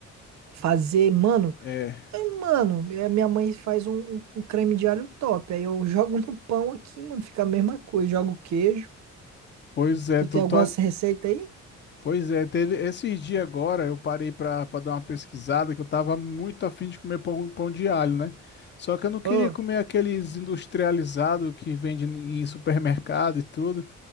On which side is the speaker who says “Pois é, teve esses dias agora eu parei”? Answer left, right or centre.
Left